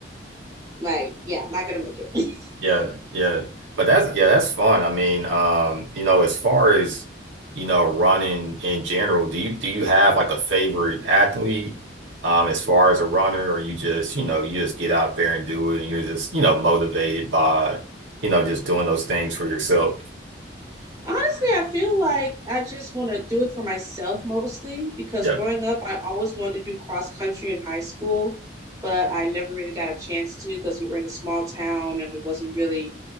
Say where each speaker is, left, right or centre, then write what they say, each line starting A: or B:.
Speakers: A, on the right; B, on the right.
A: Like, yeah, I'm not going to make it.
B: yeah, yeah. But that's yeah, that's fun. I mean, um, you know, as far as you know, running in general, do you do you have like a favorite athlete um as far as a runner, or you just, you know, you just get out there and do it and you're just, you know, motivated by, you know, just doing those things for yourself?
A: Honestly, I feel like I just want to do it for myself mostly because
B: Yeah.
A: growing up, I always wanted to do cross country in high school, but I never really got a chance to because we were in a small town and there wasn't really